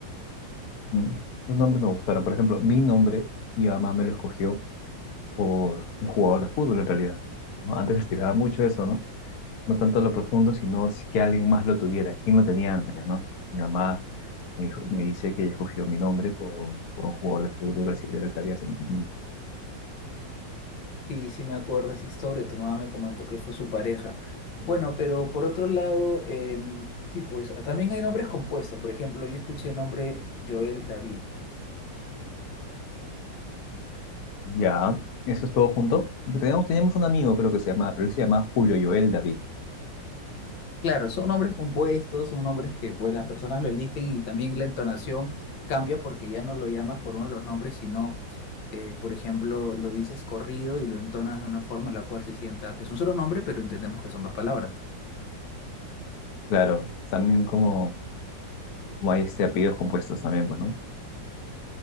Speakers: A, on the left; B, on the left.
A: Mm, Los nombres me gustaron. Por ejemplo, mi nombre, mi mamá me lo escogió por un jugador de fútbol en realidad. ¿no? Antes estiraba mucho eso, ¿no? No tanto lo profundo, sino si- que alguien más lo tuviera. ¿Quién lo tenía antes, no? Mi mamá me dijo- me dice que ella escogió mi nombre por, por un jugador de fútbol brasileño que había hace mucho tiempo.
B: Sí, sí me acuerdo esa historia, tu mamá me comentó que fue su pareja. Bueno, pero por otro lado, em, sí, pues ah, también hay nombres compuestos. Por ejemplo, yo escuché el nombre Joel David.
A: Ya, eso es todo junto. Yo Teníamos, teníamos un amigo, creo que se llamaba, pero él se llamaba Julio Joel David.
B: Claro, son nombres compuestos, son nombres que pues las personas lo eligen y también la entonación cambia porque ya no lo llamas por uno de los nombres, sino, eh, por ejemplo, lo dices corrido y lo entonas de una forma en la cual se sienta que es un solo nombre, pero entendemos que son dos palabras.
A: Claro, también como, como hay este apellidos compuestos también, pues, ¿no?